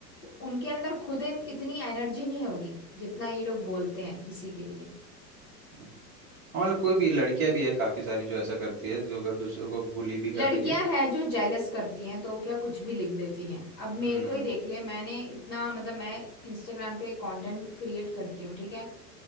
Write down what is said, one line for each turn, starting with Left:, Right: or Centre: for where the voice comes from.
Left: उनके अंदर खुद इन- इतनी एनर्जी नहीं होगी जितना ये लोग बोलते हैं किसी के लिए
Right: हम्म। हमारे कोई भी लड़कियां भी है काफी सारी जो ऐसा करती है जो दूसरों को बुली भी
Left: लड़कियां
Right: कर रही है
Left: हैं जो जेलस करती हैं तो क्या कुछ भी लिख देती हैं अब
Right: हम्म
Left: मेरे को ही देख ले मैंने इतना मतलब मैं इंस्टाग्राम पे कंटेंट क्रिएट करती हूँ ठीक है